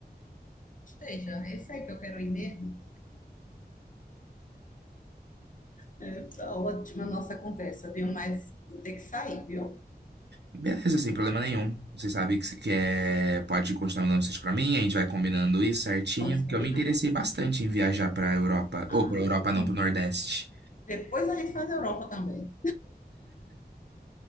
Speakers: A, on the left; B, on the right.
A: Gostei já. Esse aí que eu quero ir mesmo. É, tá ótima a nossa conversa, viu? Mas vou ter que sair, viu?
B: Beleza, sem problema nenhum. Você sabe que, se- que é, pode continuar mandando mensagem pra mim, a gente vai combinando isso certinho,
A: Vamos combinar.
B: que eu me interessei bastante em viajar pra Europa. Ou
A: Ai,
B: pra Europa
A: que
B: não, pro Nordeste.
A: Depois a gente faz a Europa também.